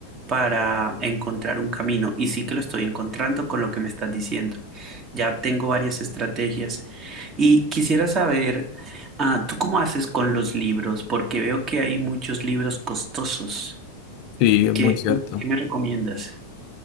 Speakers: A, on the right; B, on the left.
A: para encontrar un camino. Y sí que lo estoy encontrando con lo que me estás diciendo. Ya tengo varias estrategias y quisiera saber, ah, ¿tú cómo haces con los libros? Porque veo que hay muchos libros costosos.
B: Sí, es
A: ¿Qué,
B: muy cierto.
A: qué me recomiendas?